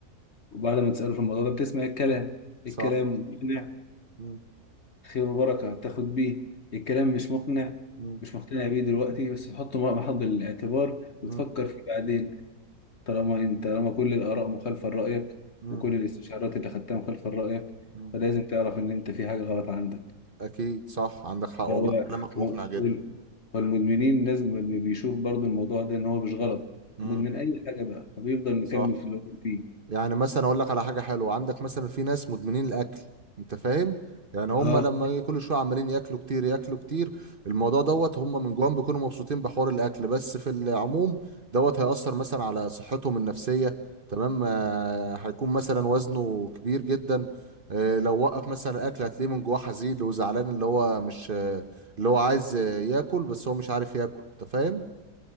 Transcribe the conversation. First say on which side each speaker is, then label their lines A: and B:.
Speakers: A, on the left; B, on the right.
A: وبعد ما تسأله في الموضوع ده بتسمع الكلام
B: صح
A: الكلام مقنع
B: مم.
A: خير وبركة تاخد بيه الكلام مش مقنع
B: مم.
A: مش مقتنع بيه دلوقتي بس تحطه مع محض الاعتبار
B: مم.
A: وتفكر فيه بعدين طالما انت طالما كل الاراء مخالفه لرايك
B: مم.
A: وكل الاستشارات اللي خدتها مخالفه لرايك
B: مم.
A: فلازم تعرف ان انت في حاجه غلط عندك
B: أكيد صح عندك حق والله
A: هو
B: كلامك مقنع جدا
A: وال- والمدمنين لازم بي- بيشوف برضو الموضوع ده ان هو مش غلط
B: مم.
A: مدمن اي حاجه بقى فبيفضل
B: صح
A: مكمل في اللي هو فيه
B: يعني مثلا اقول لك على حاجه حلوه عندك مثلا في ناس مدمنين الاكل انت فاهم يعني هم
A: اه
B: لما كل شويه عمالين ياكلوا كتير ياكلوا كتير الموضوع دوت هم من جواهم بيكونوا مبسوطين بحوار الاكل بس في العموم دوت هيأثر مثلا على صحتهم النفسيه تمام آه، هيكون مثلا وزنه كبير جدا آه، لو وقف مثلا الاكل هتلاقيه من جواه حزين وزعلان اللي هو مش آه، اللي هو عايز آه، ياكل بس هو مش عارف ياكل انت فاهم